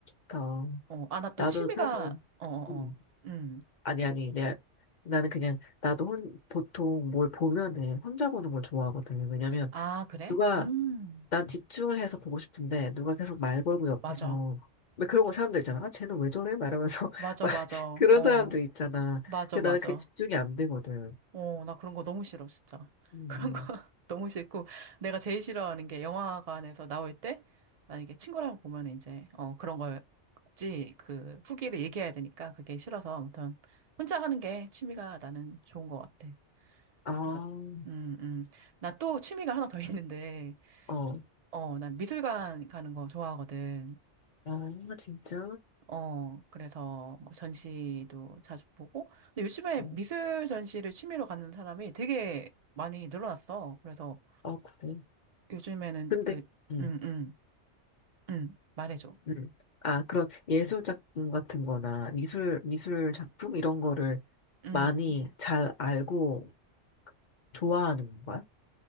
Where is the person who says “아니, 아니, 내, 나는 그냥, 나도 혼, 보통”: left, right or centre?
Left